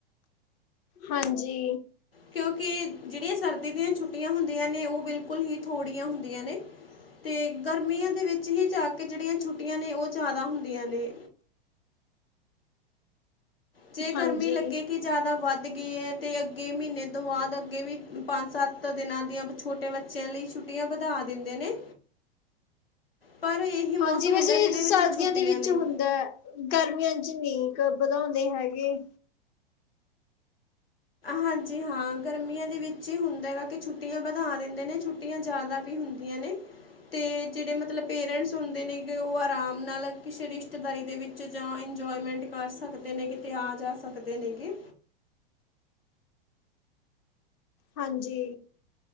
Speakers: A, on the left; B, on the left.
A: ਹਾਂਜੀ।
B: ਕਿਉਂਕਿ, ਜਿਹੜੀਆਂ ਸਰਦੀ ਦੀਆਂ ਛੁੱਟੀਆਂ ਹੁੰਦੀਆਂ ਨੇ, ਉਹ ਬਿਲਕੁਲ ਹੀ ਥੋੜ੍ਹੀਆਂ ਹੁੰਦੀਆਂ ਨੇ। ਅਤੇ ਗਰਮੀਆਂ ਦੇ ਵਿੱਚ ਹੀ ਜਾ ਕੇ ਜਿਹੜੀਆਂ ਛੁੱਟੀਆਂ ਨੇ ਉਹ ਜ਼ਿਆਦਾ ਹੁੰਦੀਆਂ ਨੇ। ਜੇ
A: ਹਾਂਜੀ
B: ਗਰਮੀ ਲੱਗੇ ਕਿ ਜ਼ਿਆਦਾ ਵੱਧ ਗਈ ਹੈ, ਤੇ ਅੱਗੇ ਮਹੀਨੇ ਤੋਂ ਬਾਅਦ ਅੱਗੇ ਵੀ ਪੰਜ ਸੱਤ ਦਿਨਾਂ ਦੀਆਂ ਛੁੱਟੀਆਂ ਆਪਣੇ ਬੱਚਿਆਂ ਲਈ ਛੁੱਟੀਆਂ ਵਧਾ ਦਿੰਦੇ ਨੇ। ਪਰ ਇਹੀ ਮੌਸਮ
A: ਹਾਂਜੀ, ਵੈਸੇ
B: ਹੁੰਦਾ ਜਿਹਦੇ
A: ਇਹ ਸ਼ਰਦੀਆਂ
B: ਵਿੱਚ ਛੁੱਟੀਆਂ
A: ਦੇ ਵਿੱਚ
B: ਨੇ
A: ਹੁੰਦਾ ਹੈ। ਗਰਮੀਆਂ ਚ ਨਹੀਂ ਕ ਵਧਾਉਂਦੇ ਹੈਗੇ।
B: ਹਾਂਜੀ ਹਾਂ, ਗਰਮੀਆਂ ਦੇ ਵਿੱਚ ਹੀ ਹੁੰਦਾ ਹੈਗਾ ਕਿ ਛੁੱਟੀਆਂ ਵਧਾ ਦਿੰਦੇ ਨੇ ਛੁੱਟੀਆਂ। ਛੁਟੀਆਂ ਜ਼ਿਆਦਾ ਵੀ ਹੁੰਦੀਆਂ ਨੇ। ਅਤੇ ਜਿਹੜੇ ਮਤਲਬ ਪੇਰੈਂਟਸ ਹੁੰਦੇ ਨੇਗੇ, ਉਹ ਆਰਾਮ ਨਾਲ ਕਿਸੇ ਰਿਸ਼ਤੇਦਾਰੀ ਦੇ ਵਿੱਚ ਜਾਂ ਇੰਜੋਏਮੈਂਟ ਕਰ ਸਕਦੇ ਨੇ ਕਿਤੇ ਆ ਜਾ ਸਕਦੇ ਨੇ ਗ।
A: ਹਾਂਜੀ।